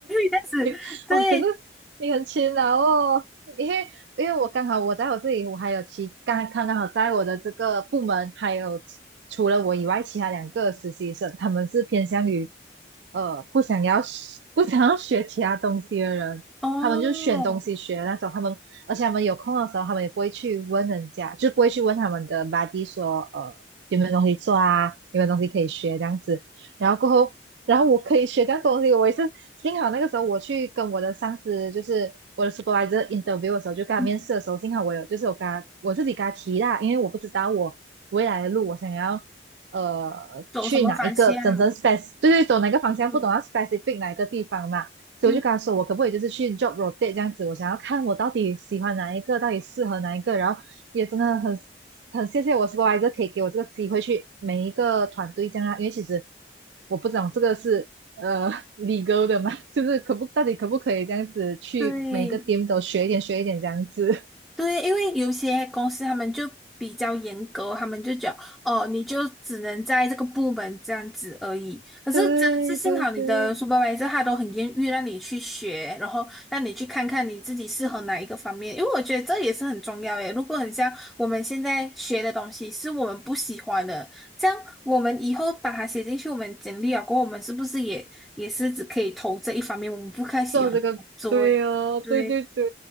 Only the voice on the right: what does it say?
<laughs> 哦，可是你很勤劳哦，因为因为我刚好我在我这里，我还有其刚刚刚好在我的这个部门，还有除了我以外，其他两个实习生，他们是偏向于呃不想要不想要学其他东西的人，
他们就选东西学的那种，他们而且他们有空的时候，他们也不会去问人家，就不会去问他们的 b u d y 说呃有没有东西做啊，有没有东西可以学这样子，然后过后，然后我可以学这样东西。我也是幸好那个时候我去跟我的上司，就是我的 supervisor interview 的时候，就跟他面试的时候，
幸好我有就是我跟他我自己跟他提啦，因为我不知道我未来的路我想要呃去哪一个真正
spec，对对，走哪个方向，
不懂要 specific 哪一个地方嘛。所以我就跟他说，
我可不可以就是去 job rotate 这样子？我想要看我到底喜欢哪一个，到底适合哪一个，然后也真的很很谢谢我 s u p e r 可以给我这个机会去每一个团队这样啊，因为其实我不懂这个是呃 l 哥的嘛，就是可不到底可不可以这样子去每个
t e 都学一点学一点这样子。<laughs>
对对对，
做这个，对哦，
对对对。